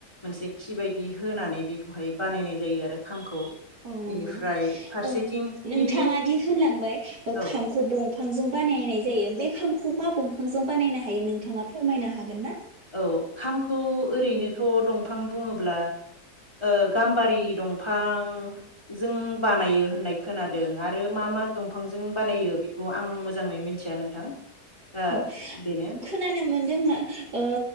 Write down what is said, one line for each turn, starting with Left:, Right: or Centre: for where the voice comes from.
Left: मोनसे खि बायदि होनानै बेखौहाय बानायनाय जायो आरो खामखौ
Right: औ नंगौ
Left: बेनिफ्राय फारसेथिं
Right: औ नोंथाङा
Left: गिदिर
Right: दि होनलांबाय ओ
Left: औ
Right: खामखौ बिफांजों बानायनाय जायो बे खामखौ मा दंफांजों बानायनो हायो नोंथाङा फोरमायनो हागोन ना?
Left: औ खामखौ ओरैनोथ' दंफां बुङोब्ला ओ गाम्बारि दंफांजों बानायो होननाय खोनादों आरो मा मा दंफांजों बानायो बेखौ आं मोजाङै मिथिया नोंथां। दा
Right: औ
Left: बेनो
Right: खोनानो मोनदों मा ओ